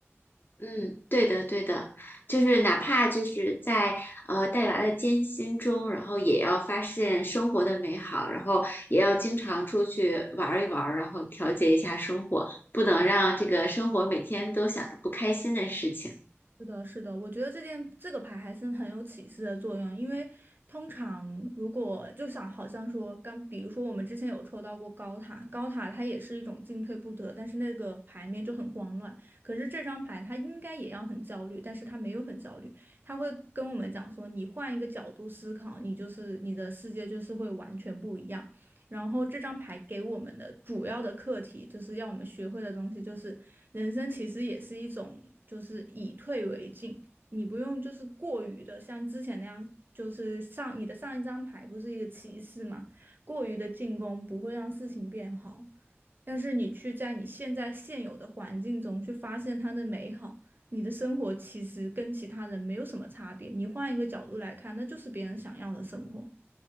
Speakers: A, on the left; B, on the right.
A: 嗯，对的，对的，就是哪怕就是在呃带娃的艰辛中，然后也要发现生活的美好，然后也要经常出去玩儿一玩儿，然后调节一下生活，不能让这个生活每天都想着不开心的事情。
B: 是的，是的，我觉得这件这个牌还是很有启示的作用，因为通常如果就想好像说刚，比如说我们之前有抽到过高塔，高塔它也是一种进退不得，但是那个牌面就很慌乱。可是这张牌它应该也要很焦虑，但是它没有很焦虑，它会跟我们讲说，你换一个角度思考，你就是你的世界就是会完全不一样。然后这张牌给我们的主要的课题，就是要我们学会的东西，就是人生其实也是一种，就是以退为进，你不用就是过于的像之前那样，就是上你的上一张牌不是一个骑士吗？过于的进攻不会让事情变好，但是你去在你现在现有的环境中去发现它的美好。你的生活其实跟其他人没有什么差别，你换一个角度来看，那就是别人想要的生活。